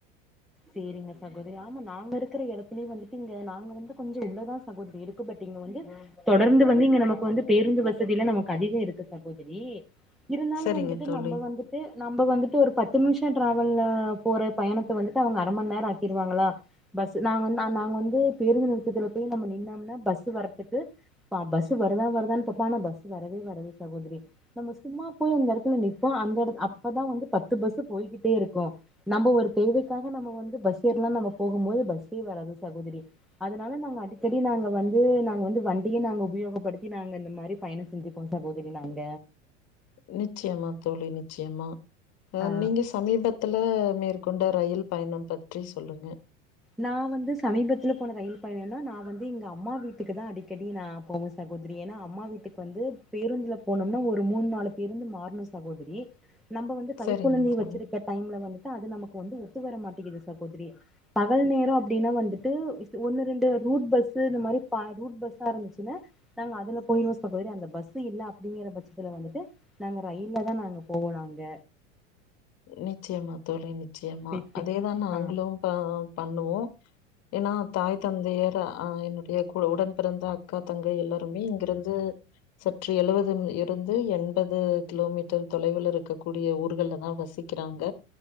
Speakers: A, in the centre; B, on the left (about 40°).
A: சேரிங்க சகோதரி ஆமா நாங்க இருக்குற எடத்துலே வந்துட்டு இங்க நாங்க வந்து கொஞ்சொ உள்ளதா சகோதரி இருக்கு பட் இங்க வந்து தொடர்ந்து வந்து இங்க நமக் வந்து பேருந்து வசதில நமக் கதிகொ இருக்கு சகோதரி இருந்தாலு
B: சரிங்க
A: வந்துட்டு
B: தோழி
A: நம்ப வந்துட்டு நம்ப வந்துட்டு ஒரு பத்து நிம்ஷொ ட்ராவல்ல போற பயணத்த வந்துட்டு அவுங்க அரமண்நேரொ ஆக்கிருவாங்களா பஸ்ஸு நாங்க வந், நா- நாங்க வந்து பேருந்து நிறுத்தத்துல போய் நம்ம நின்னோம்னா பஸ்ஸு வரத்துக்கு பஸ்ஸு வருதா வருதான் பாப்போ ஆனா பஸ்ஸு வரவே வராது சகோதரி, நம்ம சும்மா போய் அந்த எடத்துல நிப்போ அந்த எடத் அப்பதா வந்து பத்து பஸ்ஸு போயிக்கிட்டே இருக்கு, நம்ப ஒரு தேவைக்காக நம்ம வந்து பஸ்ஸு ஏர்லான் நம்ம போகும் போது பஸ்ஸே வராது சகோதரி, அதனால நாங்க அடிக்கடி நாங்க வந்து நாங்க வந்து வண்டிய நாங்க உபயோகப்படுத்தி நாங்க இந்த மாரி பயணொ செஞ்சிப்போ சகோதரி நாங்க.
B: நிச்சயமா தோழி நிச்சயமா அ
A: ஆ
B: நீங்க சமீபத்துல மேற் கொண்ட ரயில் பயணம் பற்றி சொல்லுங்க
A: நா வந்து சமீபத்துல போன ரயில் பயணனா நா வந்து எங்க அம்மா வீட்டுக்குதா அடிக்கடி நா போவ சகோதரி ஏன்னா அம்மா வீட்டுக்கு வந்து பேருந்துல போணும்னா ஒரு மூண் நாலு பேருந்து மாற்ணு சகோதரி நம்ப வந்து கைக்குழந்தய
B: சரிங்க தோழி
A: வச்சிருக்க டைம்ல வந்து டு அது நமக்கு வந்து ஒத்து வர மாட்டிகிது சகோதரி பகல் நேரொ அப்டின்னா வந்துட்டு ஸ் ஒன்னு ரெண்டு ரூட் பஸ்ஸு இந்த மாரி ப ரூட் பஸ்ஸாருந்துச்சுன்னா நாங்க அதுல போய்ருவோ சகோதரி அந்த பஸ்ஸு இல்ல அப்டிங்கிற பட்சத்துல வந்துட்டு நாங்க ரயில்லதா நாங்க போவோ நாங்க
B: நிச்சயமா தோழி நி ச்சயமா
A: பேத்தி
B: அதே தா நாங்களு
A: ஆ
B: ப பண்ணுவோ ஏனா தாய் தந்தையர் ஆ என்னுடைய குட உடன் பிறந்த அக்கா தங்கை எல்லோருமே இங்கருந்து சற்று எழுவது ம் இருந்து எண்பது கிலோ மீட்டர் தொலைவுல இருக்கக் கூடிய ஊர்கள்லதா வசிக் க்கிறாங்க